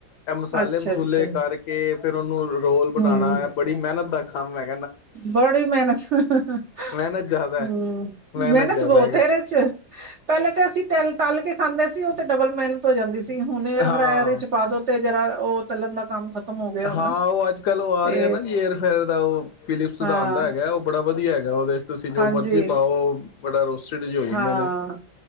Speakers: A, on the left; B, on the right.
A: ਇਹ ਮਸਾਲੇ
B: ਅੱਛਾ
A: ਮਸੂਲੇ
B: ਅੱਛਾ
A: ਕਰਕੇ ਫਿਰ ਉਹਨੂੰ ਰੋਲ ਬਣਾਉਣਾ
B: ਹੂੰ
A: ਹੈ ਬੜੀ ਮਿਹਨਤ ਦਾ ਕ <unintelligible>
B: ਬੜੀ ਮਿਹਨਤ ਹਮ
A: ਮਿਹਨਤ ਜ਼ਿਆਦਾ ਹੈ
B: ਮਿਹਨਤ
A: ਜ਼ਿਆਦਾ
B: ਬਹੁਤ
A: ਹੈਗੀ
B: ਇਹਦੇ ਚ ਪਹਿਲੇ ਤੇ ਅਸੀਂ ਤਲ ਤਲ ਕੇ ਖਾਂਦੇ ਸੀ ਉਹ ਤੇ ਡਬਲ ਮਿਹਨਤ ਜਾਂਦੀ ਸੀ ਹੁਣ ਏਅਰ
A: ਹਾਂ
B: ਫਰਾਇਰ ਚ ਪਾਦੋ ਤੇ ਜਰਾ ਉਹ ਤਲਣ ਦਾ ਕੰਮ ਖਤਮ ਹੋ ਗਿਆ ਹੁਣ
A: ਹਾਂ ਉਹ ਅੱਜ ਕੱਲ੍ਹ ਉਹ ਆ
B: ਤੇ
A: ਰਿਹਾ ਨਾ ਜੀ ਏਅਰ ਫੇਅਰ ਦਾ ਉਹ ਫਿਲਪ ਸਿਧਾਂਤ
B: ਹਾਂ
A: ਹੈਗਾ ਉਹ ਬੜਾ ਵਧੀਆ ਹੈਗਾ ਉਹਦੇ ਤੁਸੀਂ ਜੋ
B: ਹਾਂਜੀ
A: ਮਰਜ਼ੀ ਪਾਓ ਬੜਾ ਰੋਸਟਡ ਜਿਹੇ ਹੋ ਜਾਂਦੇ
B: ਹਾਂ
A: ਨੇ